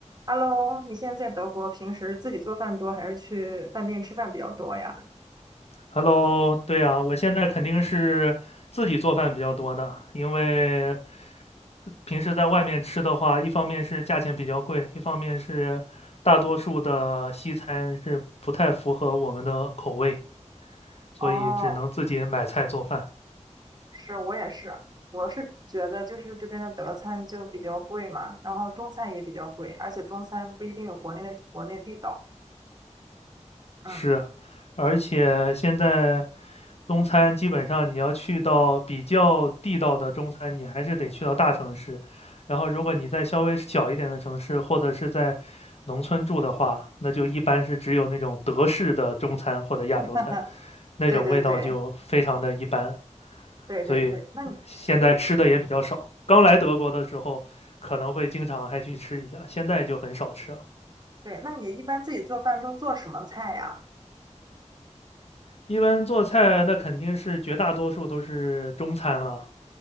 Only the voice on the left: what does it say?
Hello，对啊，我现在肯定是自己做饭比较多的，因为平时在外面吃的话，一方面是价钱比较贵，一方面是大多数的西餐是不太符合我们的口味，所以只能自己买菜做饭。
是，而且现在中餐基本上你要去到比较地道的中餐，你还是得去到大城市。然后，如果你在稍微小一点的城市，或者是在农村住的话，那就一般是只有那种德式的中餐或者亚洲餐，
那种味道就非常的一般。
所以现在吃的也比较少。
刚来德国的时候，可能会经常还去吃一下，现在就很少吃了。
一般做菜，那肯定是绝大多数都是中餐了。